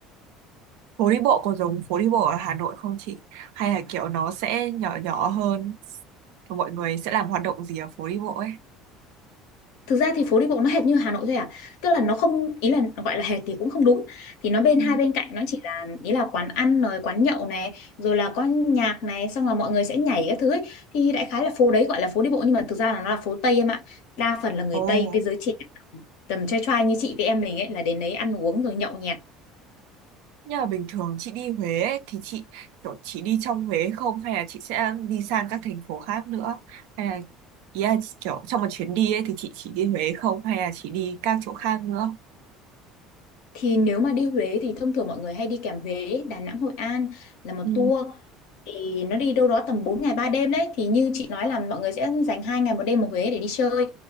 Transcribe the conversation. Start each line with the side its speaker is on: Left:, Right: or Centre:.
Right: Phố đi bộ có giống phố đi bộ ở Hà Nội không chị? Hay là kiểu nó sẽ nhỏ nhỏ hơn? Và Mọi người sẽ làm hoạt động gì ở phố đi bộ ấy?
Left: thực ra thì phố đi bộ nó hệt như Hà Nội thôi à tức là nó không ý là gọi là hệt thì cũng không đúng thì nó bên
Right: Ừ.
Left: hai bên cạnh nó chỉ là ý là quán ăn rồi quán nhậu này rồi là có nhạc này xong là mọi người sẽ nhảy các thứ ấy. thì đại khái là phố đấy gọi là phố đi bộ nhưng mà thực ra là nó là phố Tây em ạ đa phần là người
Right: Ồ,
Left: Tây với giới trẻ tầm trai trai như chị với em mình ấy là đến đấy ăn uống rồi nhậu nhẹt
Right: nhưng mà bình thường chị đi Huế ấy, thì chị kiểu chị đi trong Huế không? Hay là chị sẽ đi sang các thành phố khác nữa? Hay là ý là chị kiểu trong một chuyến đi ấy thì chị chỉ đi Huế không? Hay là chị đi các chỗ khác nữa?
Left: Thì nếu mà đi Huế thì thông thường mọi người hay đi kèm Huế, Đà Nẵng, Hội An là một
Right: Ừ.
Left: tour. Thì nó đi đâu đó tầm 4 ngày 3 đêm đấy. Thì như chị nói là mọi người sẽ dành 2 ngày một đêm ở Huế để đi chơi.